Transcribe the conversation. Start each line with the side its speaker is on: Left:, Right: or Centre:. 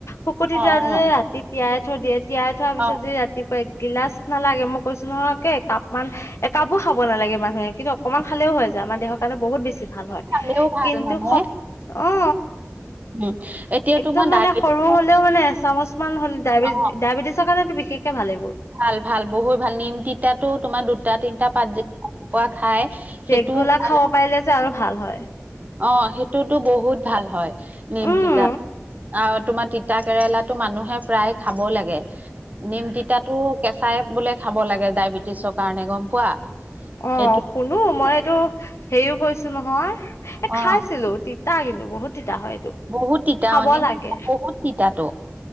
Left: শুকতি
Right: অ অ
Left: তিতা টো যে তি তিয়াই থৈ দিয়ে তিয়াই থোৱাৰ পিছত
Right: অ
Left: যে ৰাতিপুৱা একগিলাচ নালাগে মোক কৈছো নহয় কে একাপ মান একাপো খাব নালাগে মানুহে কিন্তু অকমান খালেও হৈ যায় আমাৰ দেহৰ কাৰণে বহুত বেছি ভাল হয়
Right: খালেও ভাল
Left: কিন্তু
Right: মানে
Left: সব অ
Right: উম এতিয়া
Left: একদম
Right: তোমাৰ ডায়েবেটিছ
Left: মানে সৰু হ'লেও মানে এচামুচ মান হ'লে ডাবিজ
Right: অ
Left: ডা ডাইবিটিজৰ কাৰণেতো বিশষকে ভাল এইবোৰ
Right: ভাল ভাল বহুত ভাল নিম তিতাতো তোমাৰ দুটা তিনটা পাত যে ৰাতিপুৱা খাই সেইটোও
Left: কেক গোলা
Right: ভাল
Left: খাব পাৰিলে যে আৰু ভাল হয়
Right: অ সেইটোতো বহুত ভাল হয় নিম
Left: উম
Right: তিতাটো আও তোমাৰ তিতা কেৰেলাতো মানুহে প্ৰায় খাব লাগে নিম তিত তিতাটো কেঁচাই বোলে খাব লাগে ডায়বেটিছৰ কাৰণে গম পোৱা
Left: অ
Right: এইটো
Left: শুনো মই এইটো হেৰিও কৰিছো নহয় এ
Right: অ
Left: খাইছিলো তিত তা কিন্তু বহুত তিতা হয় এইটো
Right: বহুত তিতা
Left: খাব
Right: অ নিমপাত
Left: লাগে
Right: বহুত তিতা ত